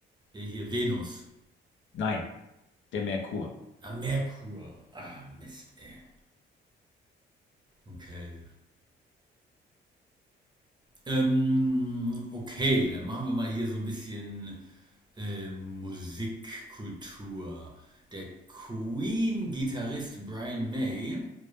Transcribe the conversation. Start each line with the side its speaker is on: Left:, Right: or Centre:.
Right: äh, hier Venus.
Left: Nein, der Merkur.
Right: Ah, Merkur. Ah, Mist, ey. Okay. Ähm, okay, dann machen wir mal hier so ein bisschen ähm, Musikkultur. Der Queen-Gitarrist Brian May